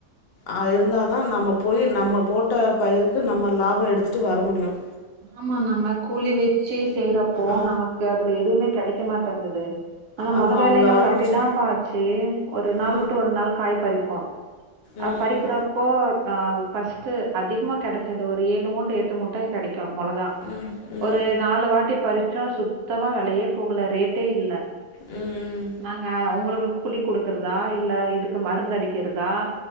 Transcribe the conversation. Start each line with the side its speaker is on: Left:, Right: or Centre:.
Left: அஹ் இருந்தாதா நம்ம போய் நம்ம போட்ட பயிருக்கு நம்ம லாபம் எடுத்து வர முடியும்
Right: ஆமா நம்ம கூலி வச்சு செய்யறப்போ
Left: ஆ
Right: நமக் அதுல எதுவுமே கிடைக்க மாட்டேங்குது னா
Left: அது
Right: நல்ல வேலை
Left: அவங்கள
Right: எங்களுக்கு
Left: வர
Right: அப்டிதாம்பா
Left: வச்சு
Right: ஆச்சு ஒரு நாள்
Left: ஆ
Right: விட்டு ஒரு நாள் காய் பறிப்போ அ
Left: ம்
Right: பறிக்கிறப்போ அஹ் ஃபர்ஸ்ட்டு அதிகமா கிடைச்சது ஒரு ஏழு மூட்டை எட்டு மூட்டை கிடைக்கு மொளகா
Left: ம் ம்
Right: ஒரு நாலு வாட்டி பறிச்சோ சுத்தமா விலையே போகல ரேட்டே இல்ல
Left: ம்
Right: நாங்க அவங்களுக்கு கூலி குடுக்குறதா இல்ல இதுக்கு மருந்து அடிக்கிறதா